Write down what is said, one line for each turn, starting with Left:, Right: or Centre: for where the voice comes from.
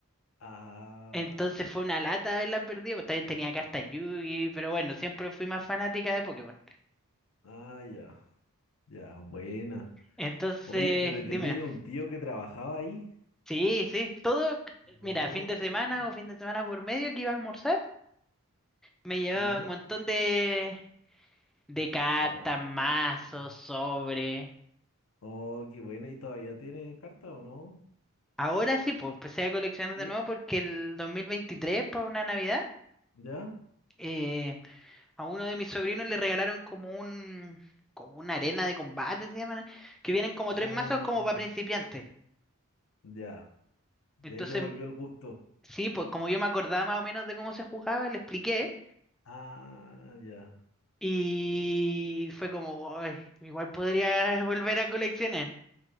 Left: Ah,
Centre: Entonces fue una lata haberla perdido. También tenía cartas Yugi, pero bueno, siempre fui más fanática de Pokémon.
Left: ah, ya, ya, buena.
Centre: Entonces,
Left: Oye, pero
Centre: dime,
Left: tenía yo un tío que trabajaba ahí.
Centre: sí, sí, todo, mira,
Left: No,
Centre: fin de semana o fin de semana por medio que iba a almorzar, me llevaba
Left: ¿ya?
Centre: un montón de, de cartas,
Left: Oh,
Centre: mazos, sobre.
Left: oh, qué buena. ¿Y todavía tiene carta o no?
Centre: Ahora sí, pues empecé a coleccionar
Left: ¿Sí?
Centre: de nuevo porque el 2023, para una Navidad,
Left: ¿Ya?
Centre: eh, A uno de mis sobrinos le regalaron como un, como una arena de combate, se llaman, que vienen como
Left: Ah,
Centre: tres mazos como para principiantes.
Left: ya.
Centre: Entonces,
Left: Y ahí te volvió el gusto.
Centre: sí, pues como yo me acordaba más o menos de cómo se jugaba, le expliqué
Left: Ah, ya.
Centre: y fue como, "Ay, igual podría <laughs> volver a coleccionar.